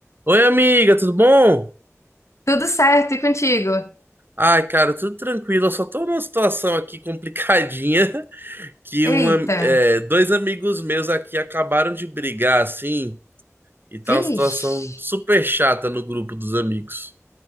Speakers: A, on the right; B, on the left.
A: Oi, amiga, tudo bom?
B: Tudo certo e contigo?
A: Ai, cara, tudo tranquilo. Eu só tô numa situação aqui complicadinha <laughs> que
B: Eita,
A: uma, é, dois amigos meus aqui acabaram de brigar, assim, e tá
B: vixe.
A: uma situação super chata no grupo dos amigos.